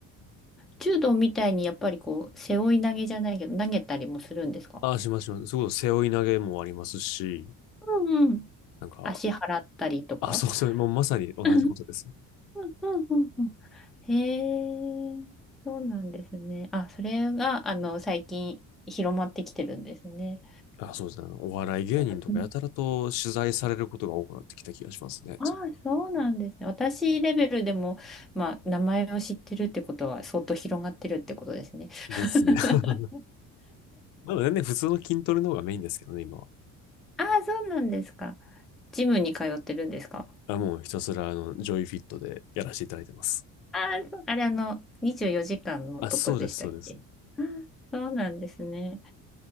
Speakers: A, in the centre; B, on the left.
A: 柔道みたいにやっぱりこう、背負い投げじゃないけど、投げたりもするんですか
B: あ、しますします。そういうこと、背負い投げもありますし、
A: うんうん。
B: なんか、
A: 足払ったりとか
B: あ、そうそう、もうまさに同じことですよ。
A: うんうんうん。へえ、そうなんですね。あ、それが、あの、最近広まってきてるんですね。
B: あ、そうですね。お笑い芸人とかやたらと取材されることが多くなってきた気がしますね。
A: うんああ、
B: そ
A: そうなんですね。私レベルでも、まあ、名前を知ってるってことは相当広がってるってことですね。
B: うですね。
A: <laughs>
B: <laughs> まだね、普通の筋トレの方がメインですけどね、今は。
A: ああ、そうなんですか。ジムに通ってるんですか
B: まあ、もうひたすら、あの、ジョイフィットでやらせていただいてます。
A: あー、あれあの、24時間のとこでしたっけあーそうなんですね。
B: あ、そうです、そうです。